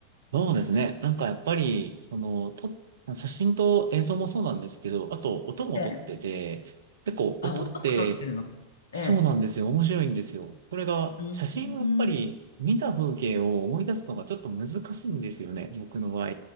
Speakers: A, on the right; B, on the left.
A: そうですね。なんかやっぱり、その、と、写真と映像もそうなんですけど、あと音も撮ってて、
B: ええ。
A: 結構音って
B: あ、音も取ってるの。ええ。
A: そうなんですよ。面白いんですよ。これが、
B: うん。
A: 写真はやっぱり見た風景を思い出すのがちょっと難しいんですよね。僕の場合。